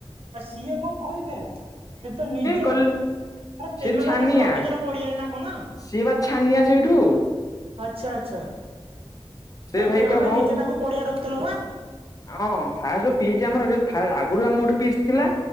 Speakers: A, on the right; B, on the left.
A: ଆ ସିଏ କଣ କହିବେ ସିଏ ତ ନିଜେ
B: କଲ।
A: ଆରେ ତେମେ
B: ସେ ଛାନିଆ
A: ବା ତାଙ୍କୁ ରଖିଥିଲ ପଡିଆରେ ନା କଣ
B: ସିଏ ବା ଛାନିଆ ସେଇଠୁ।
A: ଆଚ୍ଛା ଆଚ୍ଛା।
B: ସେ
A: ଆରେ
B: ଭାଇ
A: ତେମେ
B: କହିବ
A: ବା
B: ହଉ
A: ନିଜେ ତାଙ୍କୁ ପଡିଆ ରଖିଥିଲ ବା
B: ଆ ଅଁ ଫାର୍ଷ୍ଟ ଯୋଉ ପିଇଚି ଆମର ଯଉ ଫା ଆ ଗୁରୁଆ ମୋଟ ପିସ୍ ଥିଲା।